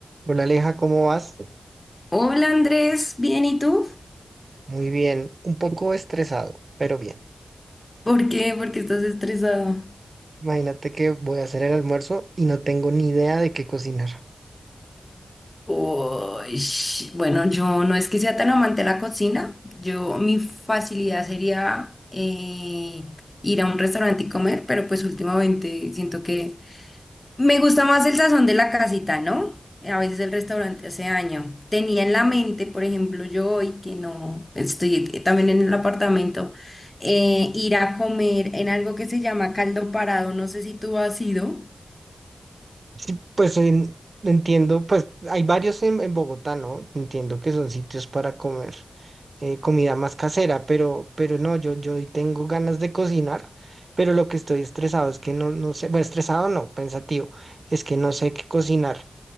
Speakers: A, on the right; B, on the left.
A: Hola Aleja, ¿cómo vas?
B: Hola Andrés, ¿bien y tú?
A: Muy bien, un poco estresado, pero bien.
B: ¿Por qué? ¿Por qué estás estresado?
A: Imagínate que voy a hacer el almuerzo y no tengo ni idea de qué cocinar.
B: Uy, bueno, yo no es que sea tan amante de la cocina. Yo, mi facilidad sería eh, ir a un restaurante y comer, pero pues últimamente siento que me gusta más el sazón de la casita, ¿no? A veces el restaurante hace año. Tenía en la mente, por ejemplo, yo hoy que no estoy eh, también en el apartamento, eh, ir a comer en algo que se llama caldo parado. No sé si tú has ido.
A: Sí, pues en- entiendo, pues hay varios en, en Bogotá, ¿no? Entiendo que son sitios para comer eh, comida más casera, pero, pero no, yo, yo hoy tengo ganas de cocinar, pero lo que estoy estresado es que no, no sé, bueno, estresado no, pensativo, es que no sé qué cocinar.